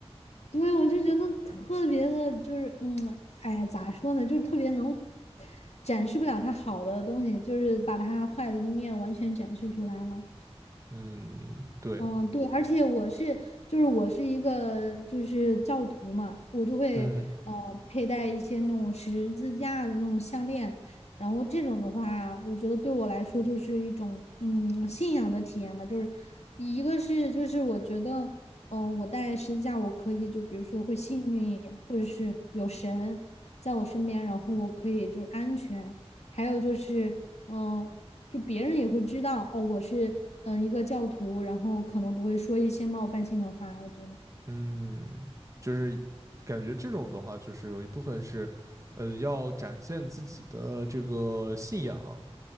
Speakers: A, on the left; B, on the right.
A: 对，我就觉得特别的，就是嗯，哎呀，咋说呢，就是特别能展示不了他好的东西，就是把他坏的一面完全展示出来了。
B: 嗯，对，
A: 嗯，对，而且我是，就是我是一个就是教徒嘛，我就会呃佩戴一些那种十字架的那种项链，
B: 嗯
A: 然后这种的话，我觉得对我来说就是一种嗯信仰的体验吧，就是一个是就是我觉得嗯我戴十字架我可以就比如说会幸运一点，或者是有神在我身边，然后我可以就是安全，还有就是嗯。呃就别人也会知道哦，我是嗯、呃一个教徒，然后可能不会说一些冒犯性的话，我觉得。
B: 嗯，就是感觉这种的话，就是有一部分是，呃，要展现自己的这个信仰，